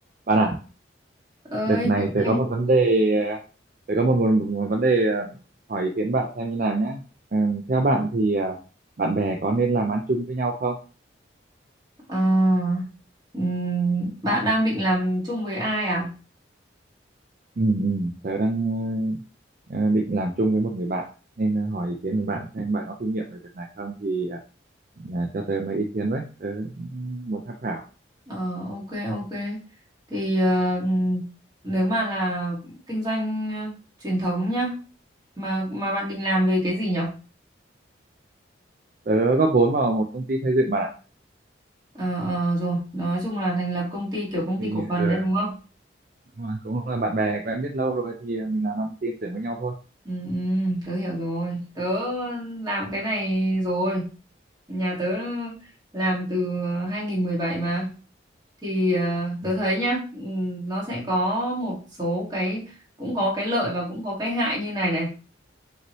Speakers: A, on the right (about 45°); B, on the right (about 20°).
A: Bạn à,
B: ơi
A: đợt này
B: tưởng
A: tớ
B: nghe
A: có một vấn đề, ờ, tớ có một, một, một, một vấn đề ờ, hỏi ý kiến bạn xem như nào nhé. Ờ, theo bạn thì ờ, bạn bè có nên làm ăn chung với nhau không?
B: à, ừm, bạn đang định làm chung với ai à
A: Ừ, ừ, tớ đang ờ, ờ, định làm chung với một người bạn nên ờ, hỏi ý kiến của bạn xem bạn có kinh nghiệm về việc này không thì ờ, cho tớ mấy ý kiến với, tớ muốn tham khảo.
B: ờ ok ok thì ờ, ừm, nếu mà là kinh doanh ờ, truyền thống nhá mà mà bạn định làm về cái gì nhở
A: Tớ góp vốn vào một công ty xây dựng bạn ạ.
B: ờ ờ, rồi nói chung là thành lập công ty kiểu công
A: Thì
B: ty cổ phần
A: ờ,
B: đấy đúng không
A: đúng rồi, cũng là bạn bè quen biết lâu rồi thì ờ, mình làm ăn tin tưởng với nhau thôi.
B: Ừ, ừ, tớ hiểu rồi. Tớ làm cái này rồi. Nhà tớ làm từ 2017 mà. Thì ờ, tớ
A: Ừ,
B: thấy nhá, ừm, nó sẽ có một số cái, cũng có cái lợi và cũng có cái hại như này này.